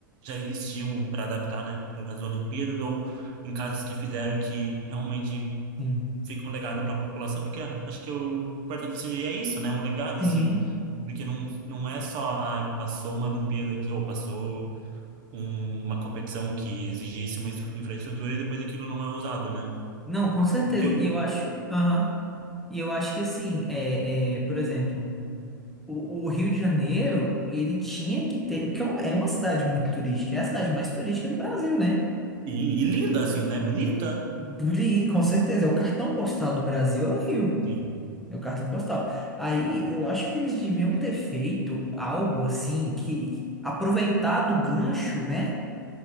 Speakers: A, on the right; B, in the centre.
A: já existiam para adaptar, né, para as Olimpíadas, ou em casas que fizeram que realmente
B: Sim.
A: fica um legado para a população, porque a- acho que o importante seria isso, né, um legado,
B: Sim.
A: assim, porque não, não é só, ah, passou uma Olimpíada aqui, ou passou um- uma competição que exigisse uma estru- infraestrutura e depois aquilo não é usado, né?
B: Não, com certeza.
A: Porque eu,
B: E
A: sim,
B: eu acho, aham. E eu acho que assim, é, é, por exemplo, o, o Rio de Janeiro, ele tinha que ter, porque é um- é uma cidade muito turística, é a cidade mais turística do Brasil, né?
A: e linda, assim, né, bonita?
B: Bri- Com certeza, é o cartão postal do Brasil é o Rio.
A: Sim,
B: É o cartão postal. Aí eu acho que eles deviam ter feito algo assim que aproveitar do gancho, né?